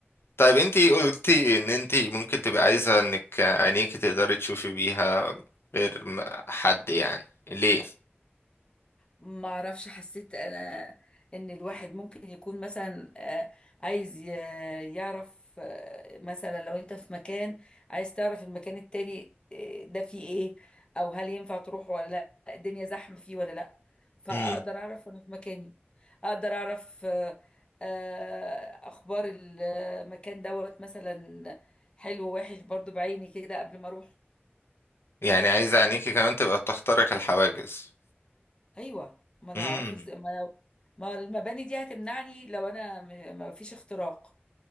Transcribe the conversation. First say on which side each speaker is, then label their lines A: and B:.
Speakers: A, on the left; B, on the left.
A: طيب انتي قلتي ان انتي ممكن تبقى عايزة انك عينيكي تقدري تشوفي بيها غير م- حد يعني ليه؟
B: ما اعرفش حسيت انا ان الواحد ممكن يكون مثلا آه، عايز ي- يعرف آه، مثلا لو انت في مكان عايز تعرف المكان التاني آه، ده فيه ايه او هل ينفع تروح ولا لا الدنيا زحمة فيه ولا لا فاقدر
A: مم.
B: اعرف وانا في مكاني اقدر اعرف آه، آه، اخبار المكان دوت مثلا حلو ووحش برضو بعيني كده قبل ما اروح
A: يعني عايزة عينيكي كمان تبقى بتخترق الحواجز
B: ايوه ما انا
A: مم.
B: هعرفه ازاي ما لو ما المباني دي هتمنعني لو انا م- ما فيش اختراق